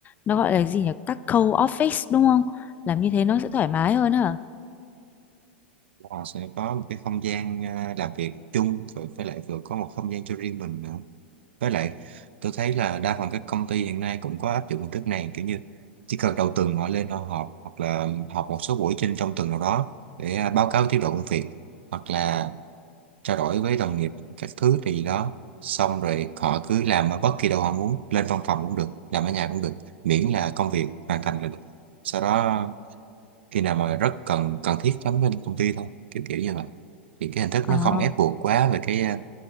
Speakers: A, on the left; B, on the right.
A: nó gọi là gì nhỉ? Các co-office đúng không? Làm như thế nó sẽ thoải mái hơn hả?
B: họ sẽ có một cái không gian à, làm việc chung rồi với lại vừa có một không gian cho riêng mình nữa với lại tôi thấy là đa phần các công ty hiện nay cũng có áp dụng hình thức này kiểu như chỉ cần đầu tuần họ lên họ họp hoặc là họp một số buổi trên trong tuần nào đó để à, báo cáo tiến độ công việc hoặc là trao đổi với đồng nghiệp các thứ thì đó xong rồi họ cứ làm ở bất kỳ đâu họ muốn lên văn phòng cũng được làm ở nhà cũng được miễn là công việc hoàn thành là được sau đó khi nào mà rất cần cần thiết lắm lên công ty thôi kiểu kiểu như vậy thì cái hình thức
A: À.
B: nó không ép buộc quá về cái ờ,